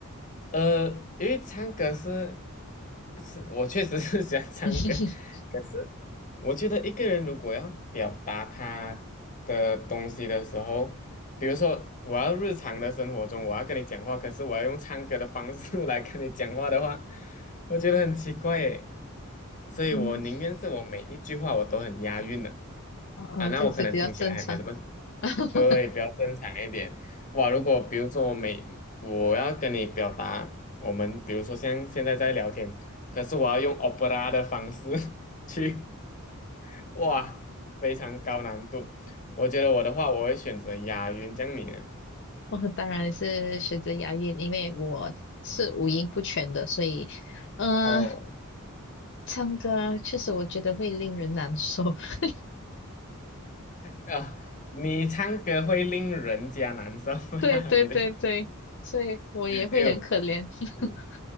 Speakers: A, on the left; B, on the left.
A: 呃，因为唱歌是是，我确实是喜欢唱歌，
B: <laughs>
A: 可是我觉得一个人如果要表达他的东西的时候，比如说我要日常的生活中我要跟你讲话，可是我要用唱歌的方式 <laughs> 来跟你讲话的话，我觉得很奇怪耶。所以我宁愿是我每一句话我都很押韵的
B: 嗯，哦哦，
A: 啊，那我可能听起来还没那么
B: 这样子比较正常。<laughs>
A: 对，比较正常一点。哇，如果比如说我每我要跟你表达，我们比如说像现在在聊天，可是我要用 opera 的方式 <laughs> 去，哇，非常高难度。我觉得我的话，我会选择押韵，这样你呢？
B: <laughs> 我当然是选择押韵，因为我是五音不全的，所以，嗯，
A: 哦，
B: 唱歌确实我觉得会令人难受。<laughs>
A: 啊，你唱歌会令人家难受吗？
B: 对对对对，
A: <laughs> 你的，
B: 所以我也会很可怜，
A: 哎呦，
B: <laughs>
A: 嗯，